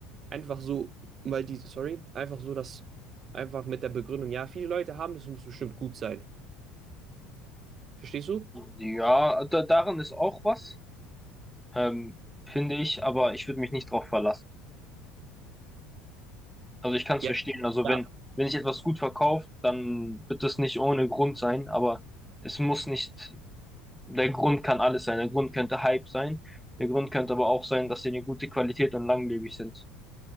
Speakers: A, on the right (about 30°); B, in the centre.
A: Einfach so, weil die, sorry, einfach so, dass einfach mit der Begründung, ja, viele Leute haben, das muss bestimmt gut sein. Verstehst du?
B: Ja, da, daran ist auch was, ähm, finde ich, aber ich würde mich nicht drauf verlassen. Also ich kann es
A: Ja.
B: verstehen. Also
A: Ja.
B: wenn, wenn sich etwas gut verkauft, dann wird es nicht ohne Grund sein, aber es muss nicht, der Grund kann alles sein. Der Grund könnte Hype sein, der Grund könnte aber auch sein, dass sie eine gute Qualität und langlebig sind.